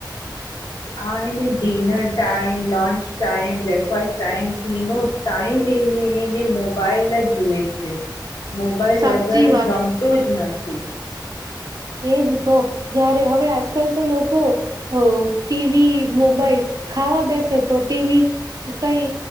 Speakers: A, on the left; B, on the right.
A: આ એને dinner time lunch time breakfast time તેનો ટાઈમ એને એને મોબાઈલ જ જુએ છે. મોબાઈલ
B: સાચી
A: વગેરે
B: વાત
A: જમતો જ નથી.
B: એજ તો, જારે હવે આજકાલ તો લોકો, અ ટીવી મોબાઈલ ખાવા બેસે તો ટીવી કઈ